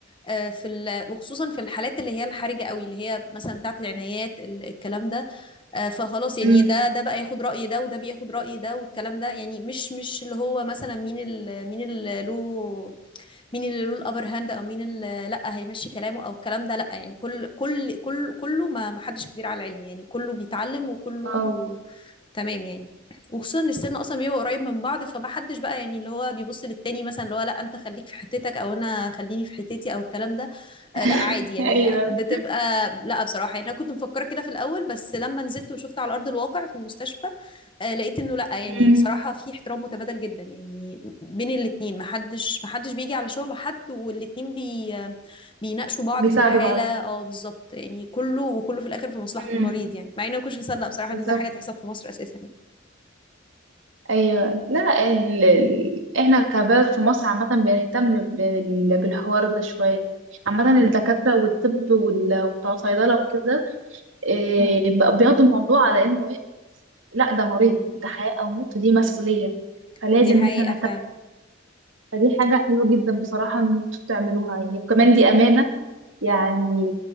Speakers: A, on the left (about 25°); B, on the right (about 70°).
A: آه، في ال- وخصوصا في الحالات اللي هي الحرجة قوي اللي هي مثلا بتاعت العنايات ال- الكلام ده آه، فخلاص يعني
B: امم
A: ده ده بقى ياخد رأي ده وده بياخد رأي ده والكلام ده يعني مش مش اللي هو مثلا مين ال- مين اللي له مين اللي له الابر هاند او مين اللي لا هيمشي كلامه او الكلام ده لا يعني كل كل كل كله ما ما حدش كبير على العلم يعني كله بيتعلم وكله
B: اه
A: تمام يعني وخصوصا ان السن اصلا بيبقى قريب من بعض فما حدش بقى يعني اللي هو بيبص للتاني مثلا اللي هو لا انت خليك في حتتك او انا خليني في حتتي او الكلام ده آه
B: <laughs>
A: لا عادي يعني
B: ايوه
A: بتبقى لا بصراحه يعني انا كنت مفكره كده في الاول بس لما نزلت وشفت على ارض الواقع في المستشفى آه، لقيت انه لا يعني
B: امم
A: بصراحه في احترام متبادل جدا يعني بين الاثنين محدش محدش بيجي على شغل حد والاثنين بي آه، بيناقشوا بعض
B: بيساعدوا
A: في الحاله
B: بعض
A: اه بالظبط يعني كله وكله في الاخر في مصلحه
B: امم
A: المريض يعني مع اني ما كنتش هصدق بصراحه
B: بالظبط
A: ان ده حاجه تحصل في مصر اساسا يعني
B: ايوه لا ال... ال- احنا كبلد في مصر عامة بنهتم بال... بالحوار ده شوية عامة الدكاترة والطب وال... وبتوع صيدلة وكده إيه...
A: امم
B: بقى بياخدوا الموضوع على انه إيه، لا ده مريض ده حياة او موت دي مسؤولية فلازم
A: دي حقيقه
B: ان احنا نهتم
A: فعلا
B: فدي حاجة حلوة جدا بصراحة ان انتوا تعملوها يعني وكمان دي أمانة يعني